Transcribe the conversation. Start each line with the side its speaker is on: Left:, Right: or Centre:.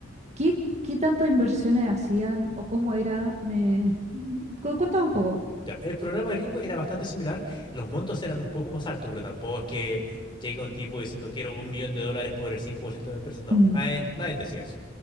Right: ¿qué, qué tantas inversiones hacían o cómo era? Me... cu- Cuéntame un poco.
Left: Ya, el programa gringo era bastante similar, los montos eran un poco más altos, pero tampoco es que llegue un tipo diciendo quiero un millón de dólares por el 5% de mi empresa. No,
Right: Mm,
Left: nadie, nadie decía eso.